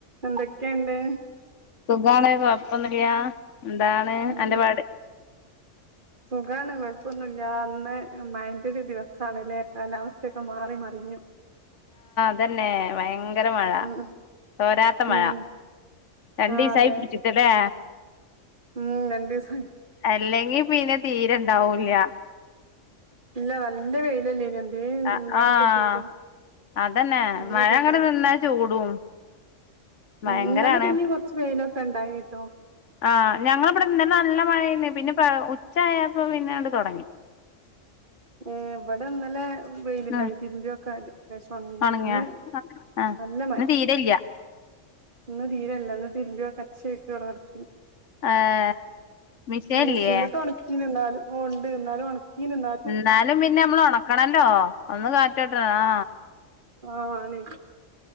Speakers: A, on the right; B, on the left.
A: എന്തൊക്കെണ്ട്
B: സുഖാണ് കൊഴപ്പൊന്നുല്ല എന്താണ്
A: ഉം
B: അന്റെപാട്.
A: ഖാണ് കൊഴപ്പൊന്നുല്ല ൻ ന്ന് മഴന്റെ ഒരു ദിവസാണ് ല്ലേ കാലാവസ്ഥയൊക്കെ മാറി മറിഞ്ഞു.
B: അതെന്നെ ഭയ ങ്കര മഴ
A: ഉം
B: തോരാത്ത മഴ
A: ഉം
B: രണ്ടീസായി
A: ആ അതെ
B: പിടിച്ചിട്ട് ല്ലെ.
A: ഉം രണ്ടിസായി.
B: അല്ലെങ്കിൽ പിന്നെ തീരെണ്ടാവുല്ല.
A: ഇല്ല നല്ല വെയിലല്ലേയ്നോ എന്തെന്നു
B: ആഹ്
A: മിഞാന്നോക്കെ
B: ആഹ്
A: ചൂട്.
B: അതന്നെ
A: നല്ല
B: മഴ
A: ചൂടേയ്
B: അങ്ങട് നിന്നാ ചൂടും ഭയങ്കരാണ്
A: ഉം ഇന്നലെ പിന്നീംകൊറച്ച് വെയ്ലൊക്കെ ണ്ടായിൻട്ടോ.
B: ആ് ഞങ്ങളെവിടെ ഇന്നലെ നല്ല മഴേന്ന് പിന്നെ പ ഉച്ച ച്ചായപ്പ പിന്നണ്ട് തൊടങ്ങി.
A: ഏ ഇവിടെ ന്നലെ വെയിലുണ്ടായി
B: ഉം
A: തിരുമ്പിയൊക്കെ അത് അത്യാശം ഒണങ്ങിങ്ക്ണ്
B: ഒണങ്ങിയോ
A: ഇന്ന്
B: ആഹ്
A: നല്ല മഴ.
B: ഇന്ന് തീരെല്ല
A: ന്ന് തീരെല്ല ന്ന് തിരുമ്മ്മ്പിയതൊക്കെ അച്ചേല്ക്ക് അവടെ കെടക്ക്ണ്ട്.
B: ഏഹ് മിഷീനില്ലേ
A: മിഷേൻലിട്ട് ഒണക്കീന്ന് ന്നാലുംഉണ്ട് ഇന്നാലും ഉണക്കീൻ ന്നാലും.
B: ന്നാലും പിന്നെ നമ്മള് ഒണക്കണല്ലോ ഒന്ന് കാറ്റോട്ടണ ആ.
A: ആ ആണ്.